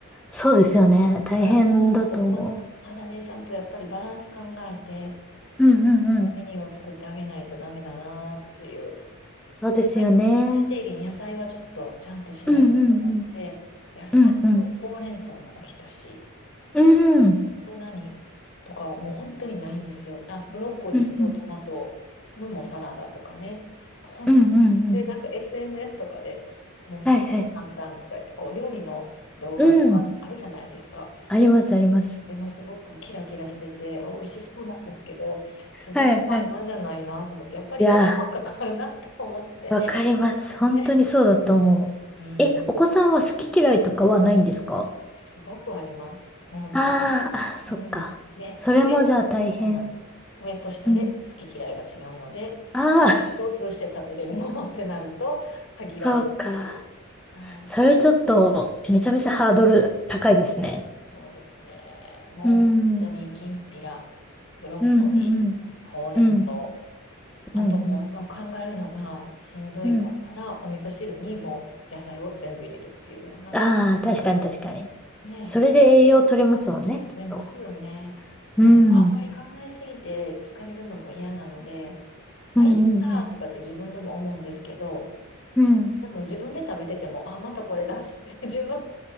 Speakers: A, in the centre; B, on the left.
A: そうですよね。大変だと思
B: から、こう、ま、まだね、ちゃんとやっぱりバランス考えて、
A: う。うんうんうん。
B: メニューを作ってあげないとダメだなっていう。
A: そうですよね。
B: 最最低限野菜はちょっとちゃんとしないと思って、
A: うんうんうん。
B: 野菜とほうれん草のおひたし、
A: うんうん。うんうん。
B: あと何とかもう本当にないんですよ。あ、ブロッコリーとトマトのもサラダとかね。
A: うんうん。
B: ほんで、
A: うんうんうん。
B: なんか SNS とかでもうすごく簡単とか言って、
A: はいはい。
B: こう料理の動画とかあるじゃないですか。
A: うん。ありますあります。
B: でもすごくキラキラしてて、あ美味しそうなんですけど、すごく簡単じゃないなと思って、
A: はいはい。
B: やっぱり手間がかかるなと思って。
A: いやー。わかります。本当にそうだと思う。
B: ね。うん
A: え、お子さんは好き嫌いとかはないんですか
B: すごくあります。本当に。
A: あーあ、そっか。
B: うん。ね、
A: それもじゃあ大変。
B: 上、そうなんです。上と下で好き嫌いが違うので、
A: うん。ああ、
B: 共通して食べれるものってなると限られるという。
A: <laughs> そうか。
B: はい。
A: それちょっと、めちゃめちゃハードル高いですね。
B: そうですね。もう本当にきんぴら、
A: うん。うん
B: ブロッコリー、
A: うんうん。
B: ほうれん草。
A: うん。
B: あともう、
A: うん
B: まあ、考えるのがしんどいかったら、
A: うん。うん。
B: お味噌汁にもう野菜を全部入れるっていうような感じ。
A: ああ、確かに確かに。
B: ね
A: それで栄養取れますもんね、きっと。
B: 疲れますよね。まあでもあんまり考えすぎて疲れるのも嫌なので、
A: うん。
B: まあいっかとかって自分でも思うんですけど、
A: うんうんうん。うん
B: でも自分で食べてても、あ、またこれだって <laughs> 自分、